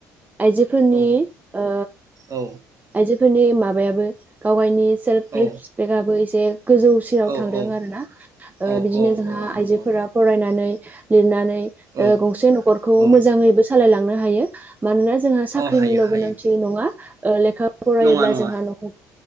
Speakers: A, on the right; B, on the right.
A: आइजोफोरनि
B: औ
A: ओ
B: औ
A: आइजो फोरनि माबायाबो गाव गायनि सेल्फ
B: औ
A: रिसपेक्टआबो एसे गोजौसिनाव
B: औ
A: थांदों आरो ना ओ
B: औ
A: बिदिनो
B: औ
A: जोंहा
B: औ नंगौ
A: आइजोफोरा फरायनानै लिरनानै
B: औ
A: ओ गंसे न'खरखौ
B: औ
A: मोजाङैबो सालायलांनो हायो मानोना जोंहा साख्रिनिल'
B: औ हायो हायो
A: गोनांथि नङा ओ लेखा फरायोब्ला
B: नङा नङा
A: जोंहा न'खौ